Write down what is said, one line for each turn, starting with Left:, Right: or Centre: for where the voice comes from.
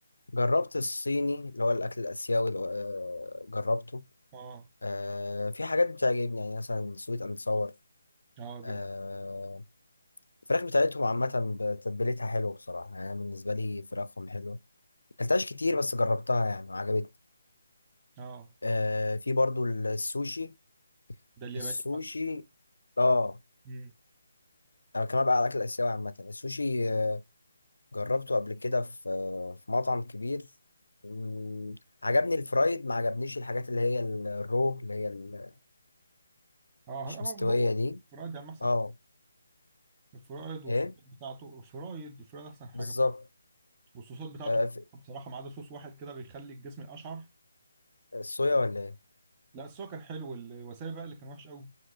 Left: جربت الصيني اللي هو الاكل الاسيوي اللي هو- آه جربته
Right: أه
Left: آه في حاجات بتعجبني يعني مثلا سويت اند صور
Right: أه
Left: آه
Right: جدا
Left: الفراخ بتاعتهم عامة بتتبيلتها حلو بصراحة يعني أنا بالنسبة لي فراخهم حلوة مكلتهاش كتير بس جربتها يعني وعجبتني
Right: أه
Left: آه في برضو السوشي
Right: ده الياباني
Left: السوشي
Right: بقى
Left: اه
Right: مم.
Left: انا كمان بقى على الاكل الاسيوي عامه السوشي آه، جربته قبل كده في آه، في مطعم كبير مم، عجبني الفرايد ما عجبنيش الحاجات اللي هي ال- الرو اللي هي ال-
Right: أه
Left: مش
Right: هلا،
Left: مستويه
Right: هو
Left: دي
Right: فرايد يا عم أحسن
Left: اه
Right: حاجة الفرايد والصوص
Left: ايه
Right: بتاعته الفرايد الفرايد أحسن حاجة
Left: بالظبط
Right: والصوصات بتاعته
Left: آه في-
Right: بصراحه ما عدا صوص واحد كده بيخلي الجسم اشعر
Left: الصويا ولا ايه
Right: لا السوا كان حلو الوسابي بقى اللي كان وحش قوي